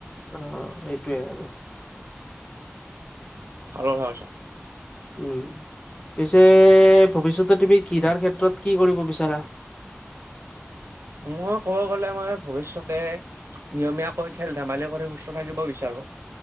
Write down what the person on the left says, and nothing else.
অ' এইটোৱে আৰু।
উম, পিছে ভৱিষ্যতে তুমি ক্ৰিড়াৰ ক্ষেত্ৰত কি কৰিব বিচাৰা?